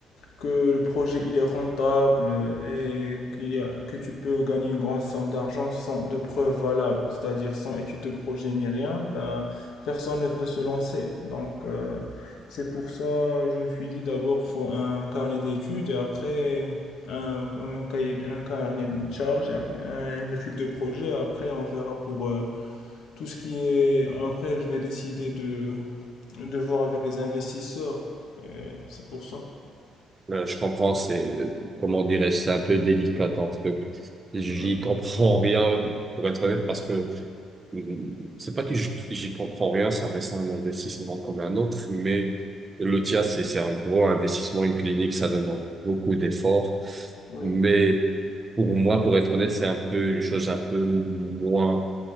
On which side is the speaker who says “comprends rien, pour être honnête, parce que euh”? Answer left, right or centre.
Right